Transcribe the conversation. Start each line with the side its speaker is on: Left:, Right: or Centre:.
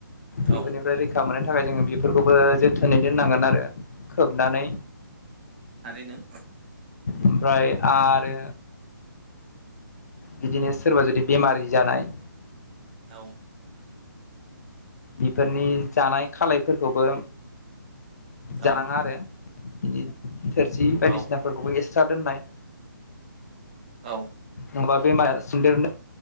Left: बेफोरनि
Right: औ
Left: फ्राय रैखा मोननो थाखाय जोङो बेफोरखौबो जोथोनै दोननांगोन आरो खोबनानै
Right: आरोैनो
Left: ओमफ्राय आरो बिदिनो सोरबा जुदि बेमारि जानाय
Right: दउ
Left: बेफोरनि जानाय खालायफोरखौबो जानाङा
Right: औ
Left: आरो बि थोरसि बायदिसिना
Right: औ
Left: फोरखौबो एसट्रा दोननाय
Right: औ।
Left: नङाबा बेमार सदेरनो